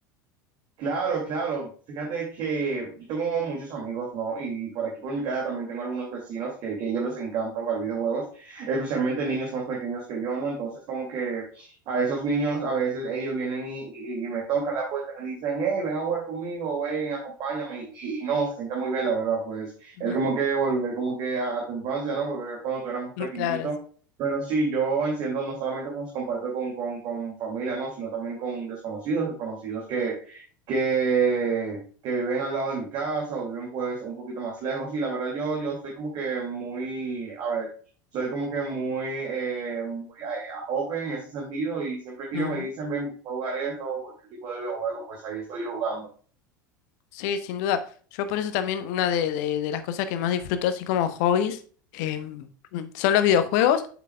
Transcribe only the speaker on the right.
Claro, claro. Fíjate que yo tengo muchos amigos, ¿no? Y por aquí por mi casa también tengo algunos vecinos que, que a ellos les encanta jugar videojuegos, especialmente niños más pequeños que yo, ¿no? Entonces como que a esos niños a veces ellos vienen y, y- y me tocan la puerta y me dicen, hey, ven a jugar conmigo, ven, acompáñame. Y, y no, se siente muy bien, la verdad, pues
es
como que volver como que a a tu infancia, ¿no? Volver a cuando tú eras más pequeñito.
Pero sí, yo enciendo no solamente pues comparto con, con, con familia, ¿no? Sino también con desconocidos, desconocidos que que, que viven al lado de mi casa o viven pues un poquito más lejos. Y la verdad yo, yo soy como que muy, a ver, soy como que muy, eh, muy, eh, open en ese sentido y siempre que
ellos me dicen, ven, vamos a jugar esto o cualquier tipo de videojuego, pues ahí estoy yo jugando.